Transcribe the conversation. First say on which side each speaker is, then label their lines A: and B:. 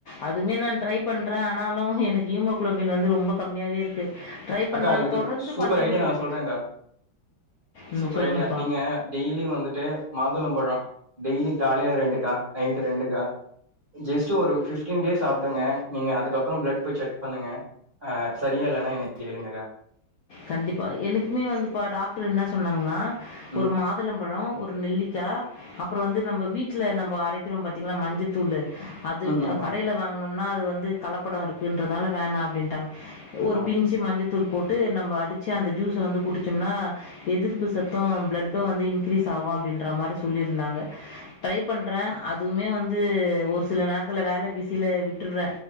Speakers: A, on the left (about 65°); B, on the right (about 30°).
A: அதுமே நா ட்ரை பண்ற ஆனாலு எனக்கு ஹீமோகுளோ பின் வந்து ரொம்ப கம்மியாவே இருக்கு ட்ரை பண்றேன்.
B: அக்கா, இதுக்கு
A: தொடர்ந்து
B: சூப்பர்
A: பண்ண
B: ஐடியா
A: முடியல.
B: நா சொல்றேக்கா,
A: ம்
B: சூப்பர்
A: சொல்லுங்கப்பா.
B: ஐடியா, நீங்க டெய்லி வந்துட்டு மாதுளம்பழ டெய்லி காலைல ரெண்டுக்கா, நைட் ரெண்டுக்கா ஜெஸ்ட் ஒரு பிப்டீன் டேஸ் சப்டுங்க நீங்க அதுக்கப்பறோ பிளட் போய் செக் பண்ணுங்க அ சரியா இல்லைனா என்ன கேளுங்கக்கா
A: கண்டிப்பா, எனக்குமே வந்துப்பா டாக்டர் என்ன சொன்னாங்கனா
B: ம்,
A: ஒரு மாதுளம்பழோ, ஒ ரு நெல்லிக்கா அப்பறோ வந்து நம்ப வீட்ல நம்ப அரைக்கிறோ பாத்தீங்களா மஞ்சத்தூளு அது
B: ம்.
A: அ
B: ஆமா.
A: கடைல வாங்கனு னா அது வந்து கலப்படோ இருக்குன்றதால வேணா அப்டின்ட்டாங்க ஒரு
B: ஆ
A: பிஞ்ச் மஞ்ச தூள் போட்டு நம்ப அடிச்சி அந்த ஜுஸ்ஸ வந்து குடிச்சோம்னா எதிர்ப்பு சத்தும் பிளட்டும் வந்து இங்க்ரீஸ் ஆகு அப்டின்றமாரி சொல்லிருந்தாங்க, டிரை பண்ற அதுமே வந்து ஒரு சில நேரத்துல வேல பிசில விட்டுட்ற